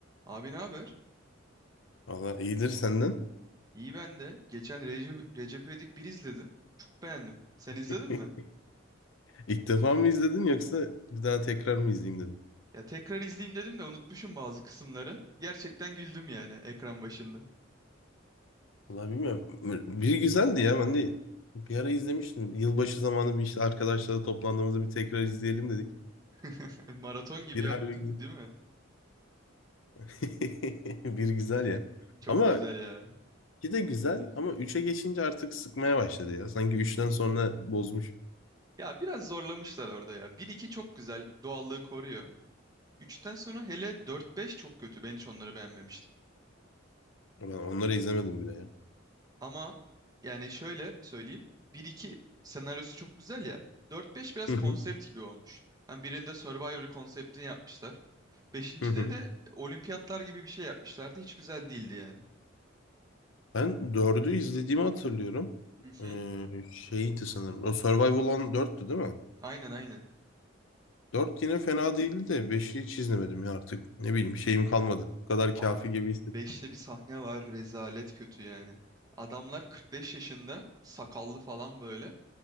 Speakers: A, on the right (about 20°); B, on the left (about 80°).
A: Abi ne haber?
B: Valla iyidir senden.
A: İyi ben de. Geçen Recep, Recep İvedik 1 izledim. Çok beğendim. Sen izledin
B: <laughs>
A: mi?
B: İlk defa mı izledin yoksa bir daha tekrar mı izleyeyim dedin?
A: Ya tekrar izleyeyim dedim de unutmuşum bazı kısımları. Gerçekten güldüm yani ekran başında.
B: Valla bilmiyorum. Bir güzeldi ya ben de bir ara izlemiştim. Yılbaşı zamanı bir işte arkadaşlarla toplandığımızda bir tekrar izleyelim dedik.
A: <laughs> Maraton gibi
B: Bir
A: yaptı,
B: harbi güzel.
A: değil mi?
B: <laughs> Bir güzel ya.
A: Çok
B: Ama
A: güzel ya.
B: iki de güzel ama üçe geçince artık sıkmaya başladı ya. Sanki üçten sonra bozmuş.
A: Ya biraz zorlamışlar orada ya. Bir iki çok güzel, doğallığı koruyor. Üçten sonra hele dört beş çok kötü. Ben hiç onları beğenmemiştim.
B: Ben onları izlemedim bile ya.
A: Ama yani şöyle söyleyeyim. bir iki senaryosu çok güzel ya. dört beş biraz
B: Hı
A: konsept
B: hı.
A: gibi olmuş. Hem birinde Survivor konseptini yapmışlar. Beşincide
B: Hı hı.
A: de olimpiyatlar gibi bir şey yapmışlardı. Hiç güzel değildi yani.
B: Ben dördü izlediğimi hatırlıyorum.
A: Hı hı.
B: Ee, şeydi sanırım. O Survival olan dörttü değil mi?
A: Aynen aynen.
B: Dört yine fena değildi de beşi hiç izlemedim ya artık. Ne bileyim şeyim kalmadı. Bu kadar kafi
A: Abi
B: gibi hissettim.
A: beşte bir sahne var rezalet kötü yani. Adamlar 45 yaşında sakallı falan böyle.